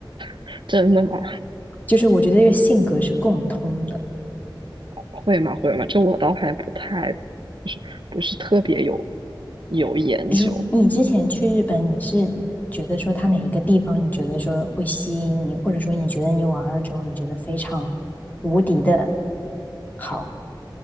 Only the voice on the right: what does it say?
<laughs> 真的吗？
会吗？会吗？这我倒还不太，就是不是特别有有研究。